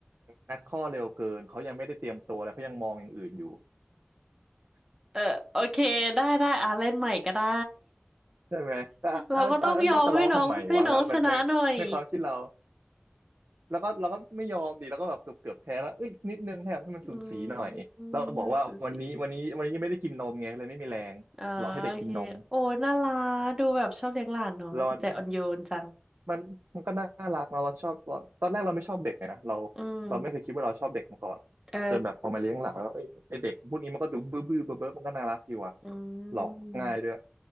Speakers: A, on the right; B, on the right.
A: งัดข้อเร็วเกินเขายังไม่ได้เตรียมตัวอะไรเขายังมองอย่างอื่นอยู่
B: เออโอเคได้ได้อ่ะเล่นใหม่ก็ได้
A: ใช่ไหมแต่อ่ะอ่ะเราจะร้องทำไมวะแล้วแบบในในความคิดเรา
B: เราก็ต้องยอมให้น้องให้น้องชนะหน่อย
A: แล้วก็เราก็ไม่ยอมดีแล้วก็แบบเกือบเกือบแพ้แล้วเอ้ยนิดนึงแทบให้มันสูสีหน่อยเราบอกว่าวันนี้วันนี้วันนี้ยังไม่ได้กินนมไงเลยไม่มีแรงหลอกให้เด็กกินนม
B: อืมหนึ่งสองสี่อ่าโอเคโอ้น่ารักดูแบบชอบเลี้ยงหลานเนาะจิตใจอ่อนโยนจัง
A: แล้วมันมันมันก็น่ารักนะเราชอบเราตอนแรกเราไม่ชอบเด็กเลยนะเรา
B: อืม
A: เราไม่เคยคิดว่าเราชอบเด็กมาก่อน
B: เออ
A: จนแบบพอมาเลี้ยงหลักแล้วเอ้ยไอเด็กพวกนี้มันก็ดูบื้อบื้อเบ้อเบ้อมันก็น่ารักอยู่อ่ะ
B: อื
A: หลอกง่ายด้วย
B: ม